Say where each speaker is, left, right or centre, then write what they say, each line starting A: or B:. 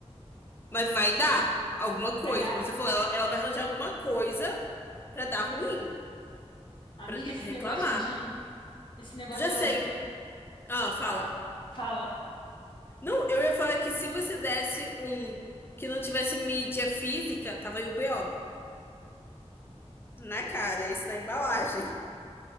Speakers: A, on the left; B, on the left.
A: Mas vai dar alguma coisa,
B: Aí dá,
A: como você falou, ela, ela vai arranjar alguma coisa pra dar ruim.
B: amiga,
A: Pra
B: esse
A: reclamar.
B: negócio de, esse negócio
A: Já
B: dela
A: sei.
B: de re-
A: Ah, fala.
B: fala, fala.
A: Não, eu ia falar que se você desse um que não tivesse mídia física, tava aí o BO. Na cara, esse na embalagem.